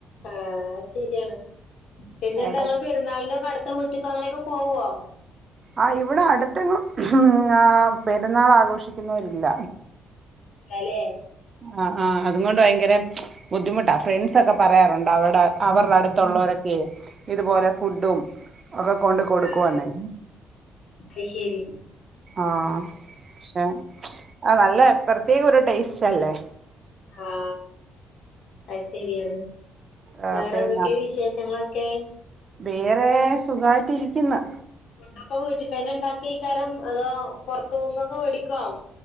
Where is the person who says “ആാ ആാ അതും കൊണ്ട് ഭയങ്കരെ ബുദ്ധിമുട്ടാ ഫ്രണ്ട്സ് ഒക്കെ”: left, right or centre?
Right